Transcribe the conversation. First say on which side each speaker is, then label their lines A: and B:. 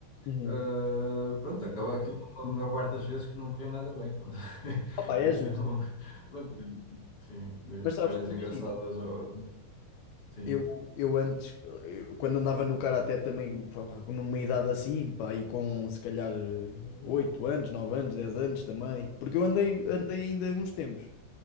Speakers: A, on the left; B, on the left.
A: uhum.
B: Eh, pronto, acaba aquilo a maior parte das vezes que não corria nada bem. pronto. <laughs>
A: Opa, é
B: E então,
A: justo.
B: <laughs> pronto, sim,
A: Mas
B: histórias
A: sabes que
B: engraçadas,
A: imagina.
B: ou- sim,
A: Eu, eu antes, eu- quando andava no karaté também, pá, pá, numa idade assim, pá, e com se calhar eh, 8 anos, 9 anos, 10 anos também, porque eu andei,
B: sim,
A: andei ainda uns tempos,